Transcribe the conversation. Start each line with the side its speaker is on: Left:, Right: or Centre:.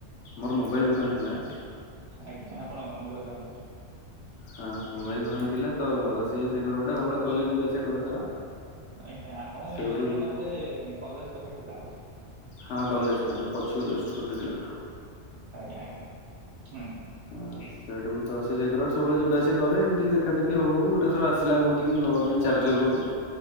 Left: ମୋର ମୋବାଇଲ ଦୋକାନ ଥିଲା।
Right: ଆଜ୍ଞା ଆପଣଙ୍କର ମୋବାଇଲ ଦୋକାନ ଥିଲା।
Left: ହଁ ମୋବାଇଲ ଦୋକାନ ଥିଲା ତ ସେ ସେକଟ ବାଟେ ସବୁବେଳେ କଲେଜ୍‌ ଯିବା ଆସିବା କରେ ତାର।
Right: ଆଜ୍ଞା ଆପଣଙ୍କ
Left: ସେଇଠୁ
Right: ମୋବାଇଲ ଦୋକାନ ଟା ବୋଧେ କଲେଜ୍‌ ପଖରେ ଥିଲା ବୋଧେ।
Left: ହଁ କଲେଜ ପାଖେ ପଛକୁ ଜଷ୍ଟ ଗୋଟେ କିଲୋମିଟର।
Right: ଆଜ୍ଞା ଆଜ୍ଞା ହୁଁ।
Left: ହଁ ସେଇଠୁକୁ ତ ସେ ଶିଘ୍ର ସବୁବେଳେ ଯିବା ଆସିବା କରେ ଏମିତି ଦେଖା ଦେଖି ହଉ ଗୋଟେ ଥର ଆସିଲା ମ ଗତିକି ନେବା ପାଇଁ ଚାର୍ଜର ଗୋଟେ।